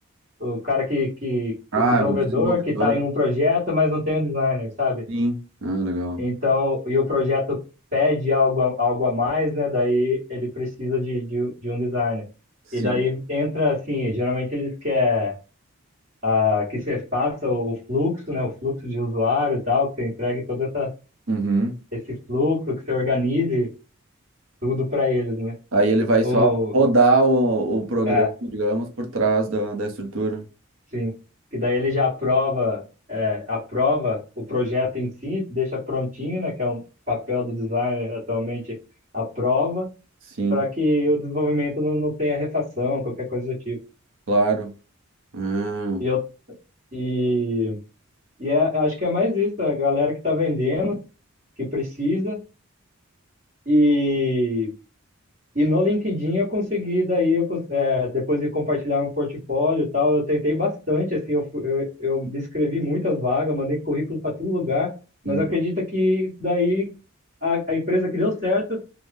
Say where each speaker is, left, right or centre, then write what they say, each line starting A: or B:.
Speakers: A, on the right; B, on the right.
A: o cara que, que
B: Ah,
A: o desenvolvedor
B: é o desenvolvedor,
A: que está em um projeto, mas não tem um designer, sabe?
B: sim. Ah, legal.
A: Então, e o projeto pede algo, a- algo a mais, né? Daí ele precisa de, de, de um designer.
B: Sim.
A: E daí entra assim, geralmente eles querem ah, que você faça o o fluxo, né? O fluxo de usuário e tal, que você entregue todo essa,
B: Uhum.
A: esse fluxo, que você organize tudo para eles, né?
B: Aí ele vai
A: Ou,
B: só rodar o, o programa,
A: é,
B: digamos, por trás da, da estrutura.
A: sim. Que daí ele já aprova, é, aprova o projeto em si, deixa prontinho, né? Que é um papel do designer atualmente, aprova
B: Sim,
A: para que o desenvolvimento não, não tenha refação, qualquer coisa do tipo.
B: claro. Ah,
A: E eu e, e é- acho que é mais isso, a galera que está vendendo, que precisa. E E no LinkedIn eu consegui, daí eu, cons- eh, depois de compartilhar um portfólio e tal, eu tentei bastante, assim, eu, fu- eu, eu me inscrevi em muitas vagas, mandei currículo para todo lugar, mas
B: uhum.
A: acredita que daí a, a empresa que deu certo,